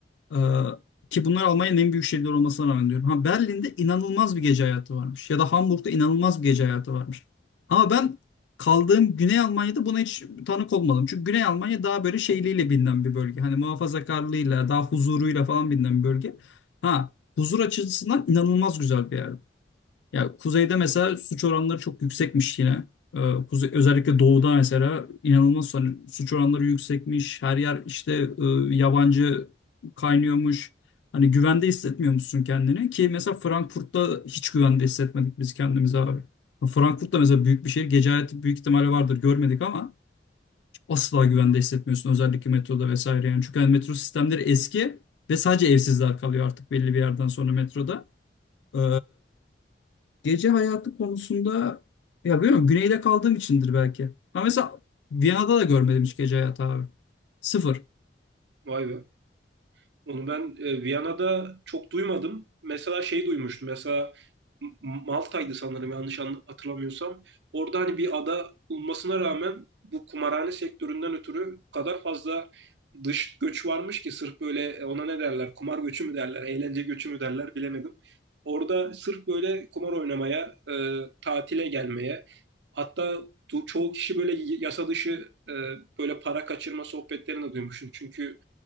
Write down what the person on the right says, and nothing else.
Vay be. Onu ben e, Viyana'da çok duymadım. Mesela şey duymuştum. Mesela M- Malta'ydı sanırım yanlış an- hatırlamıyorsam. Orada hani bir ada olmasına rağmen bu kumarhane sektöründen ötürü o kadar fazla dış göç varmış ki sırf böyle e, ona ne derler? Kumar göçü mü derler? Eğlence göçü mü derler? Bilemedim. Orada sırf böyle kumar oynamaya, e, tatile gelmeye, hatta ço- çoğu kişi böyle y- yasa dışı e, böyle para kaçırma sohbetlerini de duymuşum. Çünkü